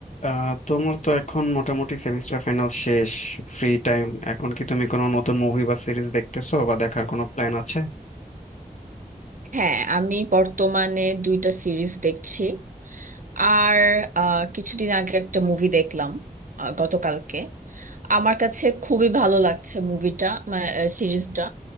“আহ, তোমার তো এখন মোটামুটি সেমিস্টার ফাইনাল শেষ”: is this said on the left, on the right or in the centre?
Left